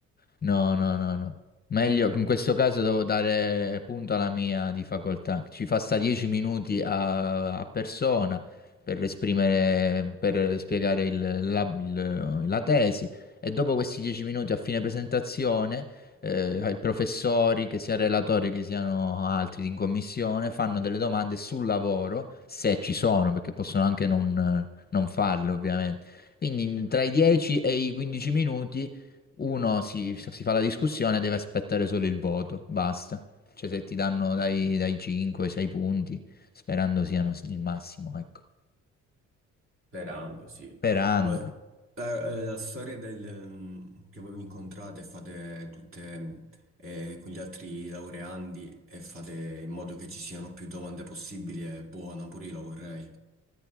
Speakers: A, on the left; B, on the right.
A: No, no, no, no. Meglio, in questo caso devo dare punto alla mia di facoltà. Ci fa sta 10 minuti a, a persona per esprimere, per spiegare il- la, il- la tesi e dopo questi 10 minuti a fine presentazione, eh, ai professori, che sia relatori che siano altri in commissione, fanno delle domande sul lavoro, se ci sono, perché possono anche non non farle, ovviamente. Quindi tra i 10 e i 15 minuti uno si, si fa la discussione e deve aspettare solo il voto, basta. Cioè se ti danno dai, dai 5 ai 6 punti, sperando siano il massimo, ecco.
B: Sperando, sì.
A: Sperando.
B: Ma eh, eh, la storia del, ehm, che voi vi incontrate e fate tutte eh, con gli altri laureandi e fate in modo che ci siano più domande possibili è buona, pure io la vorrei.